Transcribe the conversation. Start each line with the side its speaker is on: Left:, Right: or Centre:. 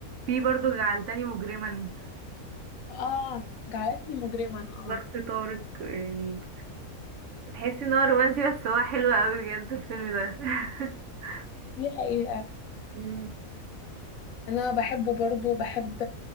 Right: في برضه جعلتني مجرما
Left: اه جعلتني مجرما اه
Right: ظرف طارق يعني تحس ان هو رومانسي بس هو حلو قوي بجد الفيلم ده <laughs>
Left: دي حقيقة
Right: مم.
Left: انا بحبه برضو بحب